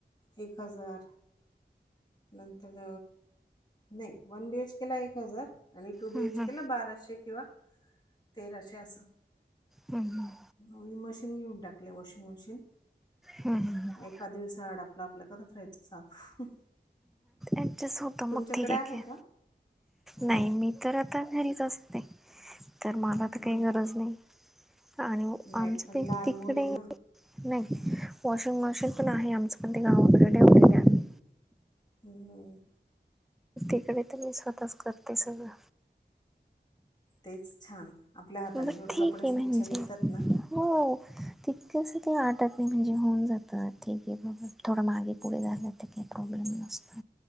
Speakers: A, on the left; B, in the centre.
A: एक हजार. नंतर नाही वन बीएच केला एक हजार. आणि टू
B: हम्म
A: बी एच केला बाराशे किंवा तेराशे असं.
B: हम्
A: आणि मशीन घेऊन टाकले वॉशिंग मशीन.
B: हम् हम ह
A: एका दिवसा आड आपलं आपलं करत राहायचं साफ.
B: ऍडजस्ट होत
A: तुमच्याकडे
B: मग ठीक आहे की
A: का
B: नाही मी तर आता घरीच असते, तर मला
A: हम्म.
B: तर काही गरज नाही. आणि
A: नाही
B: आमचं
A: पण
B: ते
A: लहान
B: तिकडे.
A: मुल आहे ना
B: नाही वॉशिंग मशीन पण आहे, आमचं पण ते गावाकड ठेवलं आहे.
A: हम्
B: इकडे तर मी स्वतःच करते सगळं.
A: तेच छान आपल्या हाताने
B: बट
A: जेवढे
B: ठीक
A: कपडे स्वच्छ
B: आहे म्हणजे
A: निघतात ना.
B: हो. तितकस का वाटत नाही म्हणजे होऊन जातं ठीक आहे ब थोडं मागे पुढे झालं ते काही प्रॉब्लेम नसत